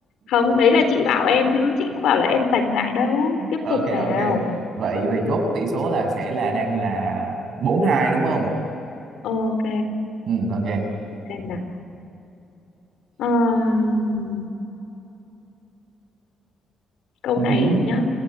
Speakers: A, on the left (about 75°); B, on the right (about 65°).
A: không đấy là chị bảo em chứ chị cũng bảo là em giành lại đâu tiếp
B: ok
A: tục nào
B: ok vậy về chốt tỷ số là sẽ là đang là bốn hai đúng không
A: ok
B: ừ ok
A: xem nào Ờm, câu
B: ừ
A: này
B: hứ,
A: nhá